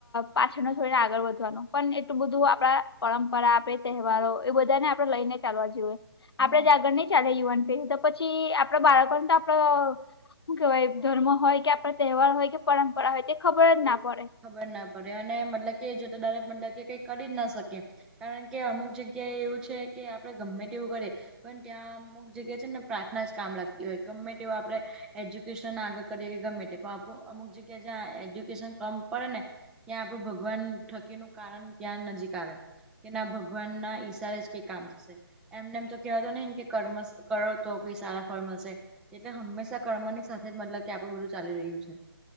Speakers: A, on the left; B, in the centre.
A: પાછળનું છોડીને આગળ વધવાનું પણ એટલું બધું આપડા પરંપરા આપે તહેવારો એવું બધાને આ લઈને ચાલવા જુએ.
B: હમ
A: આપડે જ આગળ નઈ ચાલે યુવાન પેઢી તો પછી આપણા બાળકોને તો આપડ હું કેવાય ધર્મ હોય કે આપણા તહેવાર હોય કે પરંપરા હોય તે ખબર જ ના પડે.
B: ખબર ના પડે અને મતલબ કે જે દરેક મતલબ કે કઈ કરી જ ન શકે. કારણ કે અમુક જગ્યાએ એવું છે કે આપડે ગમે તેવું કરીએ પણ ત્યાં મુક જગ્યાએ છે ને પ્રાર્થના જ કામ લાગતી હોય ગમે તેવું આપણે એજ્યુકેશન આગળ કરીએ કે ગમે તે આપ અમુક જગ્યા જ્યાં એજ્યુકેશન કમ પડે ને ત્યાં આપણું ભગવાન થકીનું કારણ ત્યાં નજીક આવે. કે ના ભગવાનના ઈશારે જ કંઈક કામ થશે એમને એમ તો કેવાતો નહીં ને કે કર્મ કરો તો કઈ સારા ફળ મલશે એટલે હંમેશા કર્મની સાથે જ મતલબ કે આપણું બધું ચાલી રહ્યું છે.